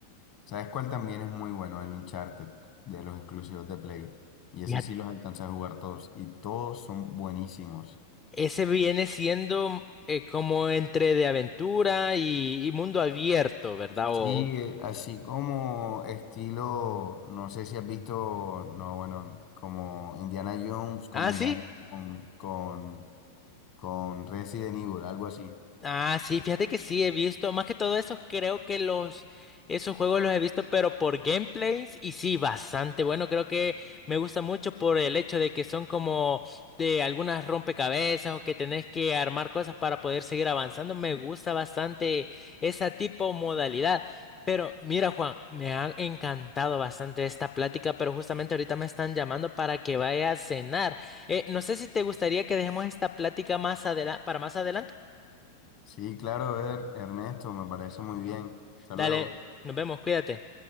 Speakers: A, on the left; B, on the left.
A: ¿Sabes cuál también es muy bueno? El Uncharted, de los exclusivos de Play. Y ese
B: Ya.
A: sí los alcancé a jugar todos. Y todos son buenísimos.
B: Ese viene siendo eh, como entre de aventura y, y mundo abierto, ¿verdad? O,
A: Sí,
B: o-
A: eh, así como estilo, no sé si has visto, no, bueno, como Indiana Jones combinado
B: ah, sí.
A: con, con, con Resident Evil, algo así.
B: Ah, sí, fíjate que sí, he visto, más que todo esos, creo que los, esos juegos los he visto, pero por gameplays, y sí, bastante bueno, creo que me gusta mucho por el hecho de que son como de algunas rompecabezas o que tenés que armar cosas para poder seguir avanzando, me gusta bastante esa tipo modalidad. Pero mira, Juan, me ha encantado bastante esta plática, pero justamente ahorita me están llamando para que vaya a cenar. Eh, no sé si te gustaría que dejemos esta plática más adela- para más adelante.
A: Sí, claro, Ver, Ernesto, me parece muy bien. Hasta
B: Dale,
A: luego.
B: nos vemos, cuídate.